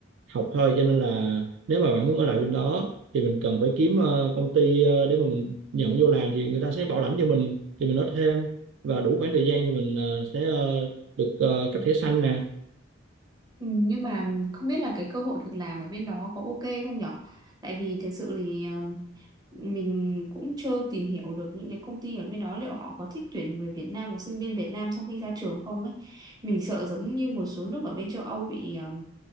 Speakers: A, on the right; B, on the right.
A: học thôi cho nên là nếu mà bạn muốn ở lại bên đó thì mình cần phải kiếm ờ, công ty ờ, để mà mình nhận vô làm thì người ta sẽ bảo lãnh cho mình thì mình nói thêm và đủ khoảng thời gian thì mình ờ, sẽ ờ, được ờ, cấp thẻ xanh nè
B: Ừ, nhưng mà không biết là cái cơ hội việc làm ở bên đó có ok không nhở? Tại vì thực sự thì um, mình cũng chưa tìm hiểu được những cái công ty ở bên đó liệu họ có thích tuyển người Việt Nam hoặc sinh viên Việt Nam sau khi ra trường không ấy. Mình sợ giống như một số nước ở bên châu Âu bị um,